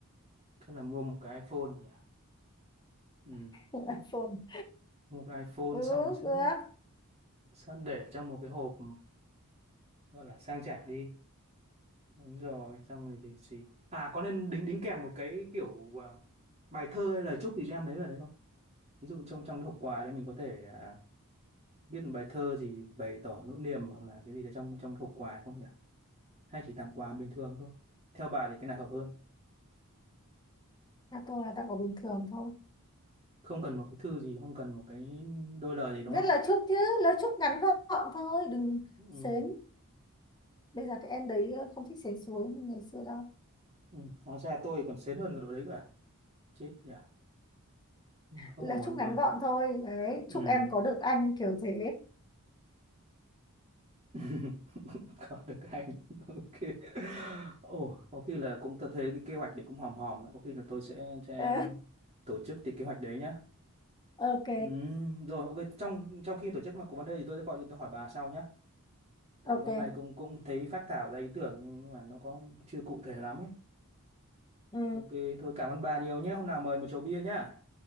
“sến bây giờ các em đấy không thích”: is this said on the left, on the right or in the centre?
Left